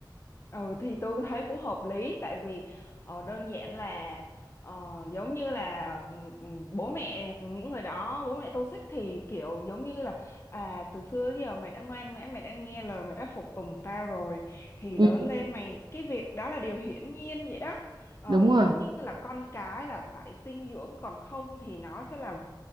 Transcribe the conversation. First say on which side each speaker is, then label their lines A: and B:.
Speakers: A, on the left; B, on the right.
A: Ừ thì tôi thấy cũng hợp lý tại vì ờ, đơn giản là ờ, giống như là ừm, bố mẹ những người đó bố mẹ toxic thì kiểu giống như là à từ xưa đến giờ mày đã ngoan ngoãn mày đã nghe lời mày đã phục tùng tao rồi thì
B: ừ,
A: lớn lên mày cái việc đó là điều hiển nhiên vậy đó Ờ,
B: đúng rồi
A: giống như là con cái là phải sinh dưỡng còn không thì nó sẽ là